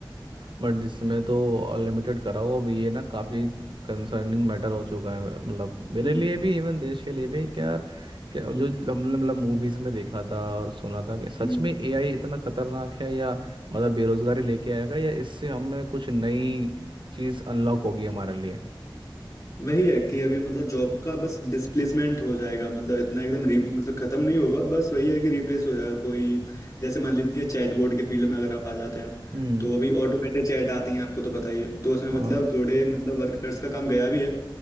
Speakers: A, on the right; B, on the left.
A: बट इसमें तो अनलिमिटेड कराओ अब ये ना काफ़ी कंसर्निंग मैटर हो चुका है मतलब मेरे
B: हम्म
A: लिए भी इवन देश के लिए भी क्या यार क्या जो
B: हम्म
A: हमने मतलब मूवीज़ में देखा था और सुना था कि सच
B: हम्म।
A: में एआई इतना खतरनाक है या मतलब बेरोजगारी लेके आएगा या इससे हमें कुछ नई चीज़ अनलॉक होगी हमारे लिए
B: वही है कि अभी मतलब जॉब का बस डिस्प्लेसमेंट हो जाएगा मतलब इतना एकदम री मतलब खत्म नहीं होगा बस वही है कि रिप्लेस हो जाएगा कोई जैसे मान लीजिए चैटबॉट के फील्ड में अगर आप आ जाते हैं
A: हम्म
B: तो अभी ऑटोमेटेड चैट आती हैं आपको तो पता ही है तो उसमें मतलब
A: हाँ
B: थोड़े मतलब वर्कर्स का काम गया भी है